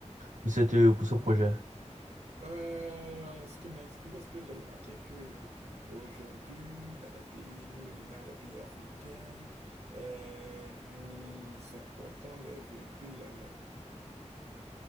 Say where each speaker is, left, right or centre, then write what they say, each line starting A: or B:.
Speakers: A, on the right; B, on the right.
A: pour cette, pour ce projet?
B: Euh, ce qui m'inspire, ce que j'ai remarqué que aujourd'hui, dans les pays, nous, dans les pays africains, euh, nous importons les véhicules euh,